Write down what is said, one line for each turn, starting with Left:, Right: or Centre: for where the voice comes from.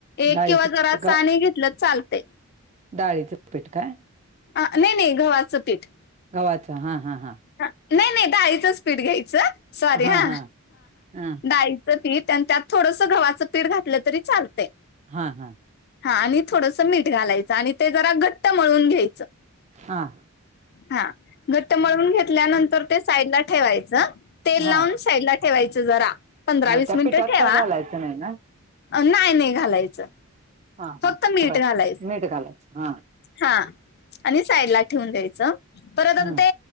Left: एक
Right: डाळीच
Left: किंवा जरा असं
Right: ग
Left: आणि घेतलं चालते.
Right: डाळीचं पीठ काय?
Left: अ नही नही गव्हाचं पीठ.
Right: गव्हाचं हा हा हा.
Left: नही नही डाळीचंच पीठ घ्यायचं, सॉरी
Right: हा
Left: हं
Right: हा हा
Left: डाळी <unintelligible> त्यात थोडस गव्हाचं पीठ घातलं तरी चालतंय.
Right: हा हा
Left: हा आणि थोडस मीठ घालायचं, आणि ते जरा घट्ट मळून घ्यायचं.
Right: हा
Left: हा घट्ट मळून घेतल्यानंतर ते साईडला ठेवायचं. तेल
Right: हा
Left: लावून साईड ला ठेवायचं जरा पंधरा
Right: हा
Left: वीस
Right: त्या
Left: मिनिटं
Right: पिठात
Left: ठेवा.
Right: काय घालायचं नाही ना
Left: नाही नाही घालायचं
Right: हा हा
Left: फक्त मीठ
Right: बरं
Left: घालायचं
Right: मीठ घालायचं. हा
Left: हा आणि साईडला ठेवून द्यायचं, परत
Right: हम्म
Left: आता ते